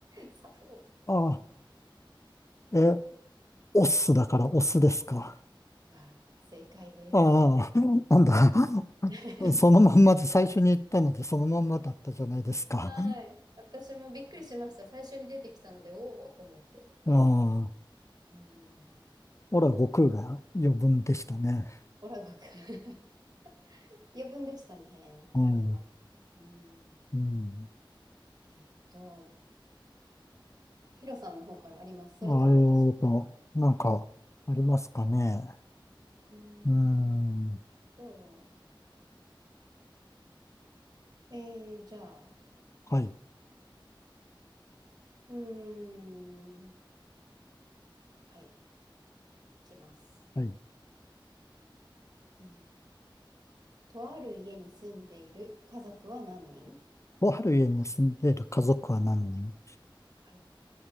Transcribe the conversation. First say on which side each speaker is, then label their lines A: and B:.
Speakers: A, on the right; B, on the left.
A: 砂糖
B: あ、えオスだからオスですか。
A: が正解です。
B: ああ、なんだ。
A: <laughs>
B: そのまんまで最初に言ったので、そのまんまだったじゃないですか。
A: はい。私もびっくりしました。最初に出てきたので、おおと思って。
B: ああ、
A: うん。
B: ほら、悟空が余分でしたね。
A: オラゴくん <laughs> 余分でしたね、
B: うん、
A: それは。うん。
B: うん。
A: えっと、ヒロさんの方からあります。それとも私の方から。
B: ああえーと、なんか、ありますかね。
A: うん
B: うーん。
A: と、えー、じゃあ、
B: はい、
A: うーん。はい、いきます。
B: はい。
A: えーとある家に住んでいる家族は何人
B: とある家に住んでいる家族は何人
A: はい。